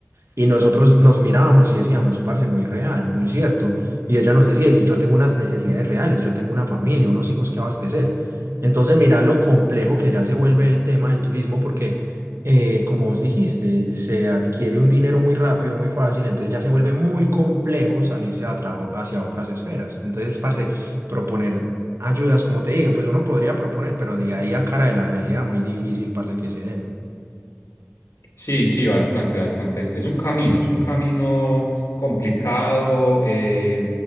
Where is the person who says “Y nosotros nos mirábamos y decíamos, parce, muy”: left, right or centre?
Right